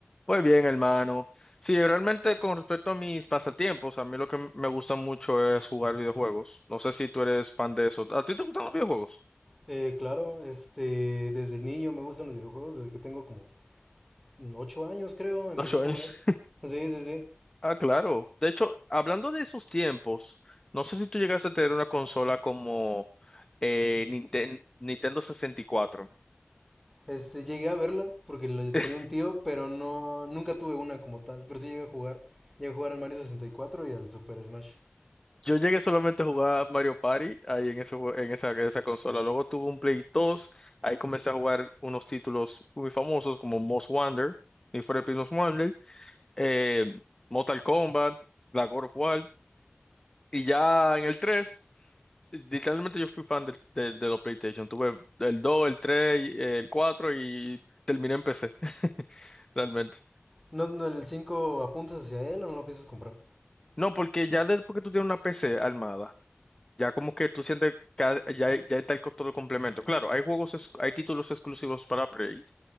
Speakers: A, on the left; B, in the centre.
A: Muy bien, hermano. Sí, realmente con respecto a mis pasatiempos, a mí lo que m- me gusta mucho es jugar videojuegos. No sé si tú eres fan de eso. ¿A ti te gustan los videojuegos?
B: Eh, claro, este, desde niño me gustan los videojuegos, desde que tengo como 8 años creo, empecé
A: Los shooters.
B: a jugar.
A: <laughs>
B: Sí, sí, sí.
A: Ah, claro. De hecho, hablando de esos tiempos, no sé si tú llegaste a tener una consola como eh, Ninten- Nintendo 64.
B: Este, llegué a verla porque lo- tenía
A: <laughs>
B: un tío, pero no, nunca tuve una como tal. Pero sí llegué a jugar. Llegué a jugar al Mario 64 y cuatro y al Super Smash.
A: Yo llegué solamente a jugar Mario Party ahí en ese, jue- en esa, en esa consola. Luego tuve un Play 2, ahí comencé a jugar unos títulos muy famosos como Most Wonder, Need for Speed Most Wanted. eh, Mortal Kombat, la God of War. Y ya en el 3, literalmente yo fui fan del- del- de, los PlayStation. Tuve el 2, el 3, y, eh, el 4 y terminé en PC. <laughs> Realmente.
B: No, no, el 5 apuntas hacia él o no lo piensas comprar.
A: No, porque ya después que tú tienes una PC armada, ya como que tú sientes que ha- ya, ya está el costo del complemento. Claro, hay juegos, ex- hay títulos exclusivos para Play,